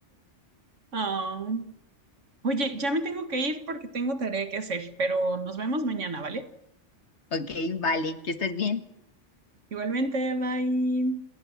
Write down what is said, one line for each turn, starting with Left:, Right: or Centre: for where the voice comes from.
Right: Ah. Oye, ya me tengo que ir porque tengo tarea que hacer, pero nos vemos mañana, ¿vale?
Left: Ok, vale, que estés bien.
Right: Igualmente, bye.